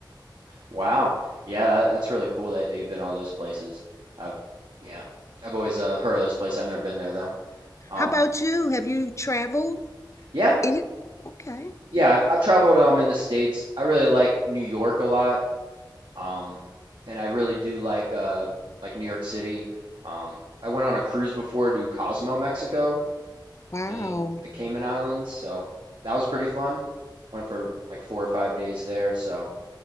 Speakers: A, on the right; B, on the left.
A: Wow. Yeah, that, that's really cool that, that you've been all those places. I've yeah, I've always uh, heard of those places. I've never been there though. Um,
B: How about you? Have you traveled
A: yeah,
B: any? Okay.
A: yeah. I've I've traveled um in the States. I really like New York a lot. Um, and I really do like uh like New York City. Um, I went on a cruise before to Cozumel, Mexico,
B: Wow.
A: and the Cayman Islands, so that was pretty fun. Went for like four or five days there, so